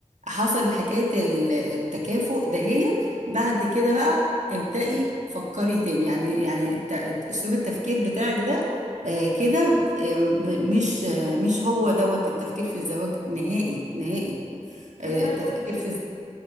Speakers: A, on the right; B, on the left.
A: حصل حكاية ال- التكافؤ دهيت بعد كده بقى ابدأي فكري تاني يعني يعني الت- أسلوب التفكير بتاعك ده آه كده آه م- مش آه مش هو دوت التفكير في الزواج نهائي نهائي آه
B: طب انا
A: التفكير
B: عايز اسالك سؤال
A: في